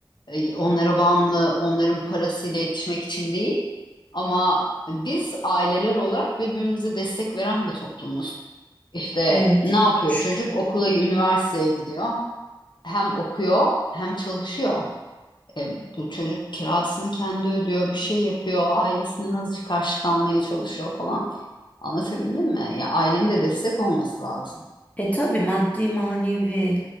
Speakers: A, on the left; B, on the left.
A: e, onlara bağımlı, onların parasıyla yetişmek için değil. Ama biz aileler olarak birbirimize destek veren bir toplumuz. İşte
B: Evet.
A: ne yapıyor
B: Çok şükür.
A: çocuk? Okula, üniversiteye gidiyor hem okuyor hem çalışıyor. E, bu çocuk kirasını kendi ödüyor, bir şey yapıyor, ailesinden azıcık karşı kalmaya çalışıyor falan. Anlatabildim mi? Ya ailenin de destek olması lazım.
B: E tabii maddi manevi.